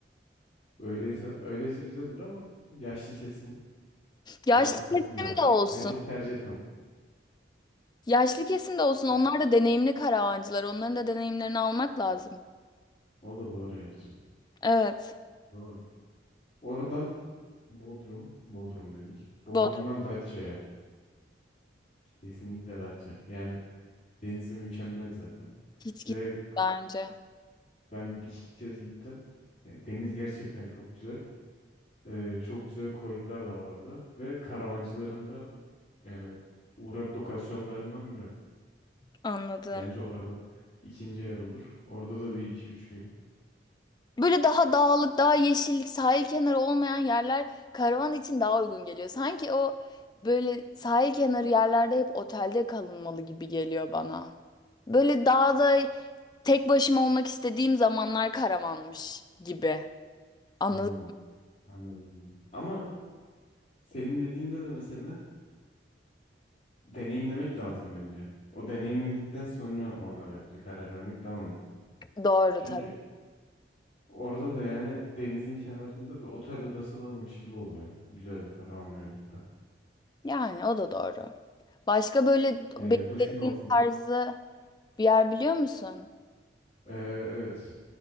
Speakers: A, on the left; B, on the left.
A: Öyleyse öyleyse güzeldir ama yaşlı kesim
B: Yaşlı
A: varsa
B: kesim
A: bilmiyorum.
B: de olsun.
A: Ben çok tercih etmem.
B: Yaşlı kesim de olsun. Onlar
A: Evet,
B: da deneyimli karavancılar. Onların da deneyimlerini almak lazım.
A: O da doğru gerçi.
B: Evet.
A: Doğru. Oradan Bodrum, Bodrum dedik. Bodrum'dan
B: Bodrum.
A: Datça'ya. Kesinlikle Datça. Yani denizi mükemmel zaten.
B: Hiç gitmedim
A: Ve
B: daha önce.
A: Ben bir kez gittim. E, Deniz gerçekten çok güzel. E, çok güzel koylar da var orada. Ve karavancıların da yani uğrak lokasyonlarından biri.
B: Anladım.
A: Bence orada ikinci yer olur. Orada da bir iki üç gün.
B: Böyle daha dağlık, daha yeşillik, sahil kenarı olmayan yerler karavan için daha uygun geliyor. Sanki o böyle sahil kenarı yerlerde hep otelde kalınmalı gibi geliyor bana. Böyle dağda tek başıma olmak istediğim zamanlar karavanmış gibi. Anladın
A: Anladım. Anladım. Ama senin dediğinde de mesela deneyimlemek lazım bence. O deneyimledikten sonra ona bence karar vermek daha mantıklı.
B: mı? Doğru
A: Çünkü
B: tabii.
A: orada da yani denizin kenarında bir otel odası varmış gibi oluyor. Güzel bir karavanla birlikte.
B: Yani o da doğru. Başka böyle
A: Yani
B: beklediğim
A: duşun olsa.
B: tarzı bir yer biliyor musun?
A: Ee, evet.